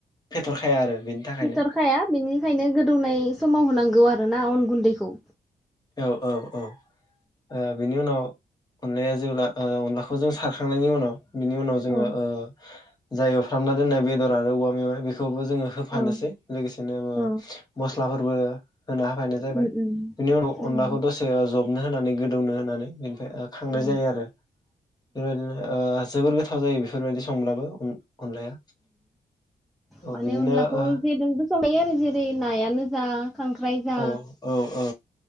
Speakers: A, on the left (about 25°); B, in the centre.
A: फेथ'रखाया आरो बेनि थाखायनो
B: फिथ'रखाया बेनिखायनो गोदौनाय समाव होनांगौ आरो आरो ना अन गुन्दैखौ।
A: औ औ औ ओ बेनि उनाव अनलाया जेब्ला ओ अनलाखौ जों सारखांनायनि उनाव बिनि उनाव जोङो
B: औ
A: ओ जाय एवफ्रामना दोननाय बेदर आरो औवा मेवाय बेखौ बो जोङो होफानोसै
B: औ
A: लोगोसेनो
B: औ
A: मसलाफोर होना होनो जाबाय
B: उम
A: बेनि उनाव
B: उम
A: अनलाखौ दसे जबनो होनानै गोदौनो होनानै बेनिफ्राय ओ खांनाय
B: औ
A: जायो आरो बेबायदिनो ओ जोबोर गो थाव जायो बेफोरबायदि संब्लाबो अनलाया औ
B: माने
A: बिदिनो
B: अनलाखौ
A: ओ
B: जेजोंबो संजायो आरो जेरै नायानो जा खांख्राइ जा
A: औ औ औ